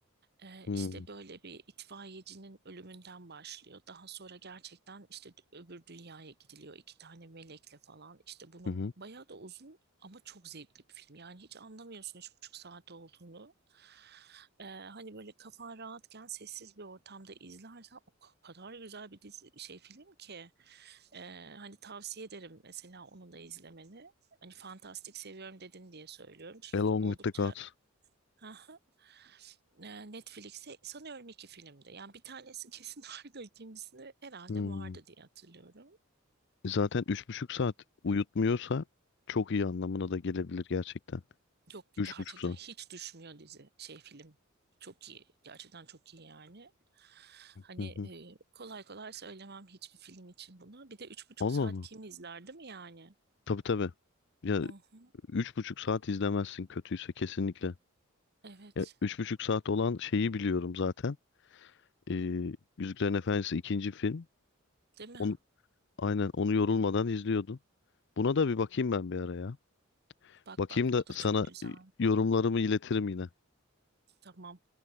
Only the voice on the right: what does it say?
Ee,
işte böyle bir itfaiyecinin ölümünden başlıyor. Daha sonra gerçekten işte d- öbür dünyaya gidiliyor iki tane melekle falan. İşte bunun
bayağı da uzun ama çok zevkli bir film. Yani hiç anlamıyorsun üç buçuk saat olduğunu. Ee, hani böyle kafan rahatken sessiz bir ortamda izlersen o kadar güzel bir dizi şey film ki Ee, hani tavsiye ederim mesela onu da izlemeni. Hani fantastik seviyorum dedin diye söylüyorum. Çünkü
oldukça
Aha. Ee, Netflix'te sanıyorum iki filmde. Yani bir tanesi <laughs> kesin vardı, ikincisini herhalde
vardı diye hatırlıyorum.
Yok
gerçekten
hiç düşmüyor dizi şey film çok iyi gerçekten çok iyi yani hani
e, kolay kolay söylemem hiçbir film için bunu bir de üç buçuk
saat
kim izler değil mi yani
hı hı,
evet
değil mi
bak
bak
o da
çok güzel
tamam